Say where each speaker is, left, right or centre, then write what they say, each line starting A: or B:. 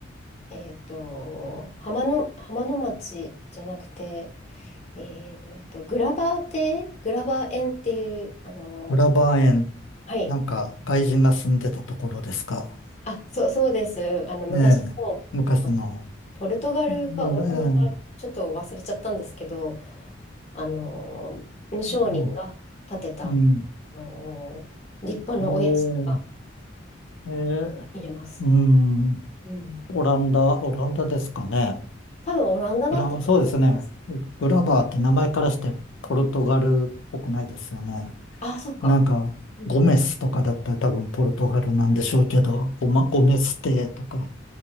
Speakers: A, on the left; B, on the left.
A: えっと、浜の、浜の町じゃなくて、えっと、グラバー邸、グラバー園っていう、あの、
B: 浦和園、
A: はい、
B: なんか外人が住んでたところですか。
A: あ、そう、そうです。あの昔の
B: ええ、昔の。
A: ポルトガルかオランダかちょっと忘れちゃったんですけど、
B: うん
A: あの、商人が建てた、
B: うん。うん
A: あの、立派なお屋敷が
B: えー、えー、
A: 見れます。
B: うん。
A: うん。
B: オランダ、オランダですかね。
A: 多分オランダだったと思います。
B: グラ、そうですね。ググラバーって名前からしてポルトガルっぽくないですよね。
A: あ、そうか。
B: なんか、
A: うんうん
B: ゴメスとかだったら多分ポルトガルなんでしょうけど、ゴマ、ゴメステとか、